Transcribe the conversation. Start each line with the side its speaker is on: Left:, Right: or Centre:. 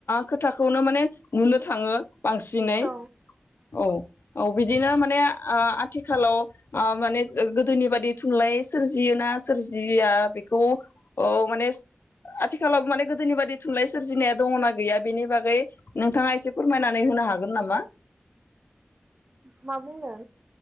Left: खोथाखौनो माने नुनो थाङो। बांसिनै
Right: औ
Left: औ औ बिदिनो माने ओ थिखालाव ओ माने गोदोनि बादि थुनलाइ सोरजियोना सोरजिया बेखौ ओ माने आथिखालाव माने गोदोनि बादि थुनलाइ सोरजिनाया दङनाा गैया बेनि बागै नोंथाङा एसे फोरमायनानै होनो हागोन नामा?
Right: मा बुंनो?